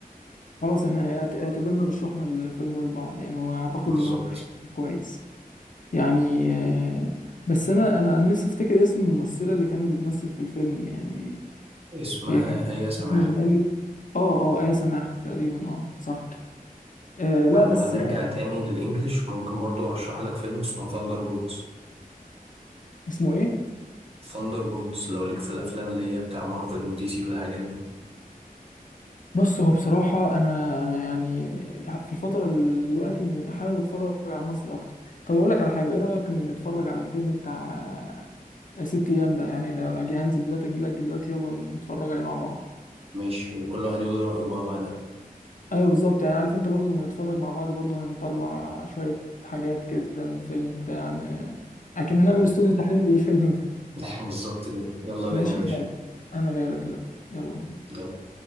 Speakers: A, on the left; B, on the right.
A: خلاص احنا اعت- اعتبرنا رشحنا الفيلم ده لبعض يعني واعتقد
B: بالظبط
A: ان هو هيكون كويس يعني آه، بس انا انا انا نفسي افتكر اسم الممثله اللي كانت بتمثل في الفيلم يعني
B: اسمها
A: هي كانت
B: آية سماحة
A: احمد مالك اه اه ايه سماح تقريبا اه صح آه لا
B: ولو
A: بس
B: هنرجع
A: يعني
B: تاني للإنجليش ممكن برضو أرشح لك فيلم اسمه ثاندر بولتس
A: اسمه ايه
B: ثاندر بولتس لو ليك في الأفلام اللي هي بتاع مارفل ودي سي والحاجات دي
A: بص هو بصراحه انا انا يعني م- في الفتره ال- دلوقتي م- حابب اتفرج على المصري اكتر طب اقول لك على حاجه ايه رايك ان نتفرج على الفيلم بتاع آه، ست ايام ده يعني لو اجي انزل دلوقتي اجي لك دلوقتي يلا نتفرج عليه مع بعض
B: ماشي وكل واحد يقول رأيه بقى بعدها
A: ايوه بالظبط يعني عارف انت برضو لما نتفرج مع بعض برضو هنطلع شوية حاجات كده من فيلم بتاع ن- اكن هنعمل
B: فعلا.
A: استوديو تحليل للفيلم ده.
B: <laughs> بالظبط كده
A: <laughs>
B: يلا بينا
A: ماشي
B: يا باشا
A: يلا انا جاي لك دلوقتي يلا بينا
B: يلا